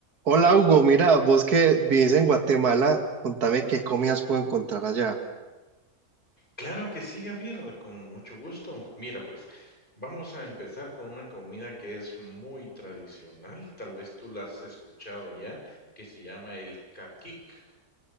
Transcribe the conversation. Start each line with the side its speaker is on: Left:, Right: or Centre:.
Right: Hola Hugo, mira, vos que vivís en Guatemala, contame qué comidas puedo encontrar allá.
Left: Claro que sí, Javier, con mucho gusto. Mira, pues vamos a empezar con una comida que es muy tradicional, tal vez tú la has escuchado ya, que se llama el caquic.